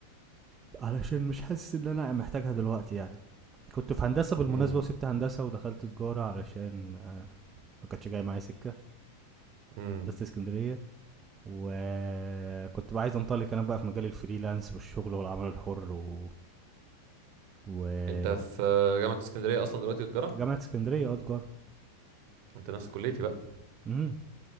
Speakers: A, on the right; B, on the right.
A: علشان مش حاسس ان انا محتاجها دلوقتي يعني كنت في هندسه بالمناسبه
B: امم
A: وسبت هندسه ودخلت تجاره علشان آه، ما كانتش جايه معايا سكه
B: امم
A: هندسه اسكندريه وكنت بقى عايز انطلق انا بقى في مجال الفريلانس والشغل والعمل الحر و... و...
B: انت في جامعة اسكندرية اصلا دلوقتي تجارة
A: جامعه اسكندريه اه تجاره
B: انت نفس كليتي بقى
A: امم